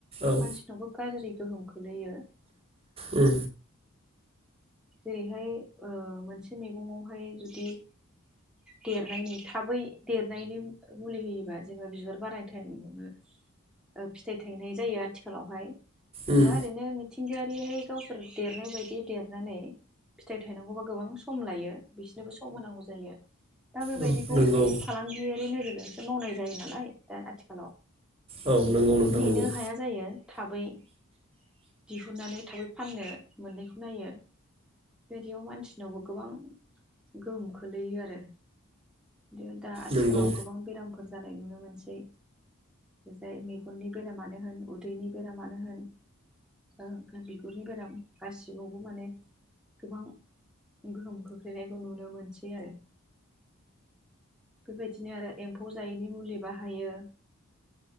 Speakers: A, on the right; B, in the centre.
A: औ
B: मानसिनावबो गाज्रि गोहोम खोलैयो।
A: उम
B: जेरैहाय ओ मोनसे मैगङावहाय जुदि देरनायनि थाबै देरनायनि मुलि होयोबा जेनेबा बिबार बारायनाय टाइमावनो फिथाइ थायनाय जायो आथिखालावहाय। जेनेबा
A: उम
B: ओरैनो मिथि मिथिंगायारिहाय गावसोर देरनाय बायदि देरनानै फिथाइ थायनांगौबा गोबां सम लायो बिसोरनोबो सम होनांगौ जायो। दा बेबायदिखौ
A: औ नंगौ
B: फालांगियारि नोजोरजोंसो मावनाय जायो नालाय दा आथिखालाव।
A: औ नंगौ नोंथां
B: नेनो
A: नंगौ
B: हाया जायो थाबै दिहुननानै थाबै फाननो मोननायखौ नायो। बेबादियाव मानसिनावबो गोबां गोहोम खोलैयो आरो। बिदि दा आथिखालाव
A: नंगौ
B: गोबां बेरामफोर जानाय नुनो मोनसै जाय मेगननि बेरामानो होन उदैनि बेरामानो होन ओ बिगुरनि बेराम गासिबावबो माने गोबां गोहोम खोख्लैनायखौ नुनो मोनसै आरो। बेबायदिनो आरो एम्फौ जायैनि मुलि। बाहायो